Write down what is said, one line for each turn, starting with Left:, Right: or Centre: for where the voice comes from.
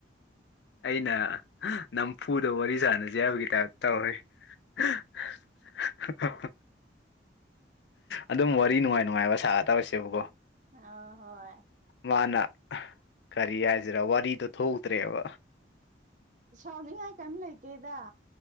Left: ꯑꯩꯅ ꯅꯝꯐꯨꯗ ꯋꯥꯔꯤ ꯁꯥꯟꯅꯖꯦ ꯍꯥꯏꯕꯒꯤ ꯇꯥꯏꯞꯇ ꯇꯧꯔꯦ <inaudible> ꯑꯗꯨꯝ ꯋꯥꯔꯤ ꯅꯨꯡꯉꯥꯏ ꯅꯨꯡꯉꯥꯏꯕ ꯁꯥꯒ ꯇꯧꯔꯁꯦꯕꯀꯣ
Right: ꯑꯥ ꯍꯣꯏ ꯍꯣꯏ
Left: ꯃꯥꯅ ꯀꯔꯤ ꯍꯥꯏꯁꯤꯔꯥ ꯋꯥꯔꯤꯗꯣ ꯊꯣꯛꯎꯇ꯭ꯔꯦꯕ
Right: ꯁꯥꯎꯅꯤꯡꯉꯥꯏ ꯀꯦꯝ ꯂꯩꯇꯦꯗ